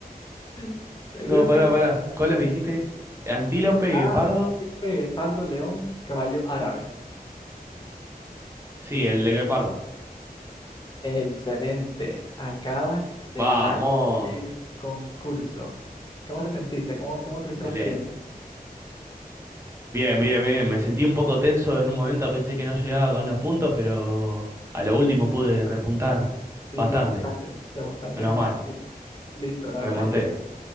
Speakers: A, on the left (about 30°); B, on the right (about 15°).
A: <laughs> ¿Seguro,
B: No,
A: seguro?
B: pará, pará. ¿Cuál me dijiste? ¿Antílope, guepardo?
A: A, antílope, guepardo, león, caballo árabe.
B: Sí, el guepardo.
A: Excelente, acabas de
B: Vamos.
A: ganar el concurso. ¿Cómo te sentiste? ¿Cómo, cómo tuviste
B: Excelente.
A: la experiencia?
B: Bien, bien, bien. Me sentí un poco tenso en un momento, pensé que no llegaba con los puntos, pero a lo último pude repuntar
A: Y
B: bastante.
A: remontaste, remontaste
B: Menos
A: en
B: mal,
A: en fila. Listo, la
B: remonté.
A: verdad es que